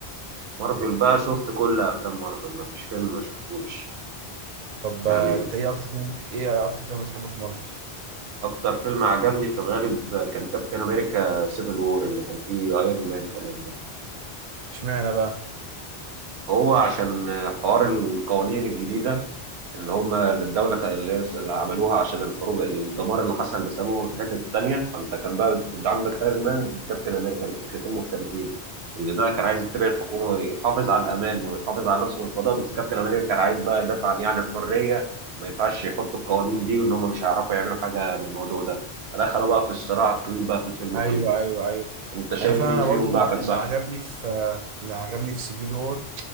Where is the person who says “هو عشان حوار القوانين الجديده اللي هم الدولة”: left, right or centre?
Right